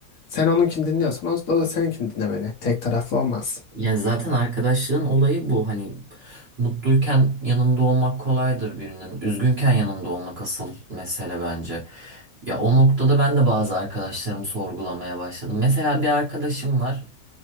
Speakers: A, on the left; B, on the right.
A: sen onunkini dinliyorsan o, o da seninkini dinlemeli. Tek taraflı olmaz.
B: Ya zaten arkadaşlığın olayı bu. Hani mutluyken yanında olmak kolaydır birinin. Üzgünken yanında olmak asıl mesele bence. Ya o noktada ben de bazı arkadaşlarımı sorgulamaya başladım. Mesela bir arkadaşım var.